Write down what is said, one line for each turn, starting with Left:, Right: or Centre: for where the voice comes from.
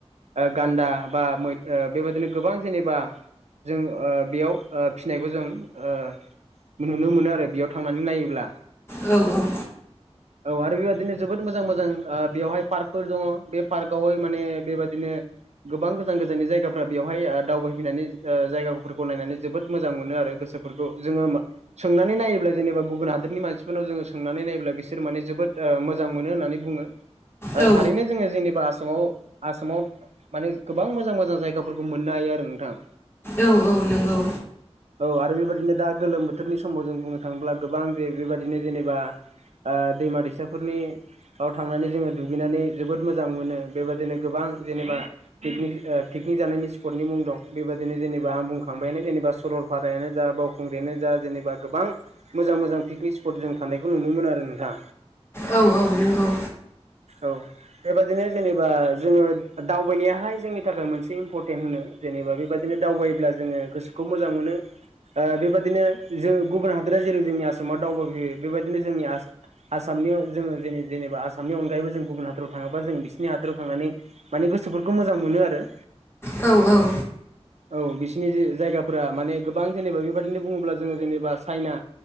Right: ओ गान्दा बा मै बेबादिनो गोबां जेनेबा जों ओ बेयाव ओ फिसिनायखौ जों ओ नुनो मोनो आरो बेयाव थांनानै नायोब्ला
Left: औ औ
Right: औ आरो बेबायदिनो जोबोद मोजां मोजां बेवहाय पार्कफोर दंङ बे पार्कआवहाय माने बेबायदिनो गोबां गोजान गोजाननि जायगाफ्रा बेवहाय ओ दावबायफैनानै ओ जायगाफोरखौ नायनानै जोबोद मोजां मोनो आरो गोसो फोरखौ जोंङो मा सोंनानै नायोब्ला जेनेबा गुबुन हादरनि मानसिफोरनाव जोंङो सोंनानै नायोब्ला बिसोर माने जबोद मोजां मोन होननानै बुंङो ओ
Left: औ
Right: थारैनो जोंङो जेनेबा आसामाव आसामाव माने गोबां मोजां मोजां जायगाफोरखौ मोननो हायो आरो नोंथां।
Left: औ औ नंगौ
Right: औ आरो बेबायदिनो दा गोलोम बोथोरनि समाव जों बुंनो थांङोब्ला गोबां जे बेबायदिनो जेनेबा ओ दैमा दैसाफोरनि आव थांनानै जोङो दुगैनानै जोबोद मोजां मोनो। बेबादिनो गोबां जेनेबा पिकनिक ओ पिकनिक जानायनि स्पटनि मुं दं बेबायदिनो जेनेबा आं बुंखांबायानो जेनेबा सरलपारायानो जा बाव खुंग्रियानो जा जेनेबा गोबां मोजां मोजां पिकनिक स्पट जों थानायखौ नुनो मोनो आरो नोंथां।
Left: औ औ नंगौ।
Right: औ बेबादिनो जेनेबा जोङो दावबायनायाहाय जोंनि थाखाय मोनसे इम्परटेन्ट होनो जेनेबा बेबादिनो दावबायोब्ला जोङो गोसोखौ मोजां मोनो। ओ बेबायदिनो जों गुबुन हादोरा जेरै जोंनि आसामाव दावबायफैयो बेबायदिनो जोंनि आसाम आसामनियाव जोङो जेने जेनेबा आसामनि अनगायैबो जों गुबुन हादराव थाङोबा जों बिस नि हादोराव थांनानै माने गोसोफोरखौ मोजां मोनो आरो।
Left: औ औ
Right: औ बिसिनि जे जायगाफोरा माने गोबां जेनेबा बेबादिनो बुङोब्ला जोङो जेनेबा चाइना